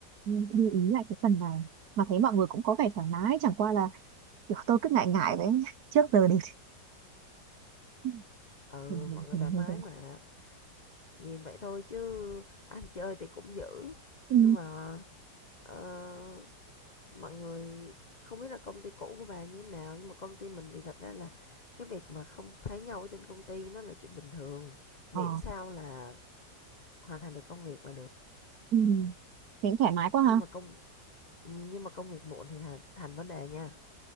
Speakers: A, on the right (about 65°); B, on the left (about 55°).
A: Ừ, lưu ý lại cái phần này mà thấy mọi người cũng có vẻ thoải mái chẳng qua là kiểu tôi cứ ngại ngại đấy <laughs> trước giờ đều ừ,
B: Ừ,
A: ừ,
B: mọi người
A: ừ,
B: thoải mái
A: ừ, ừ.
B: mà. Nhìn vậy thôi chứ ăn chơi thì cũng dữ,
A: Ừ,
B: nhưng mà ờ, mọi người không biết là công ty cũ của bà như thế nào nhưng mà công ty mình thì thật ra là cái việc mà không thấy nhau ở trên công ty nó là chuyện bình thường, miễn
A: ờ,
B: sao là hoàn thành được công việc là được.
A: ừ. thế cũng thoải mái quá ha
B: Nhưng mà công ừ, nhưng mà công việc muộn thì là thành vấn đề nha.